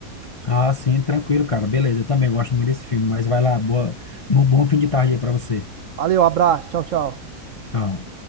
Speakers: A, on the left; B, on the right.
A: Ah, sim, tranquilo, cara. Beleza, eu também gosto muito desse filme, mas vai lá, boa, bom bom fim de tarde aí para você.
B: Valeu, abraço. Tchau, tchau.
A: Tchau.